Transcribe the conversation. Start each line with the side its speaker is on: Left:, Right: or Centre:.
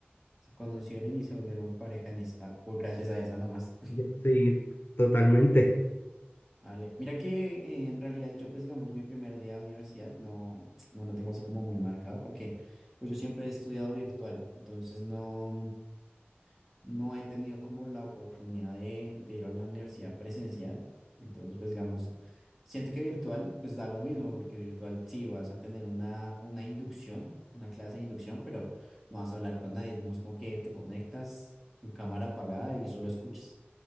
Centre: se conocieron y se volvieron pareja en esa, ah, pues gracias a esa nada más.
Left: Yo- Sí, totalmente.
Centre: Vale. Mira que eh, en realidad yo pues digamos mi primer día de universidad no, no lo tengo así como muy marcado porque pues yo siempre he estudiado virtual, entonces no, no he tenido como la oportunidad de, de ir a la universidad presencial. Entonces, pues digamos, siento que virtual, pues da lo mismo, porque virtual sí vas a tener una, una inducción, una clase de inducción, pero no vas a hablar con nadie, es nomás como que te conectas con cámara apagada y solo escuchas.